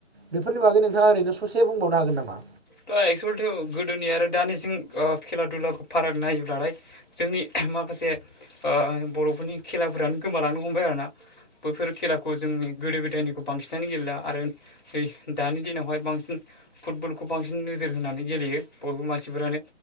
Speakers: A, on the right (about 60°); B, on the left (about 40°).
A: बेफोरनि बागै नोंथाङा ओरैनो ससे बुंबावनो हागोन नामा
B: थ' एक्सुवलिथ' गोदोनि आरो दानिजों ओ खेला दुलाखौ फाराग नायोब्लाथाय जोंनि माखासे ओ बर'फोरनि खेलाफोरानो गोमालांनो हमबाय आरोना बैफोर खेलाखौ जोंनि गोदो गोदायनि खौ बांसिनानो गेलेला आरो दानि दिनावहाय बांसिन फुटबल खौ बांसिन नोजोर होनानै गेलेयो बयबो मानसिफोरानो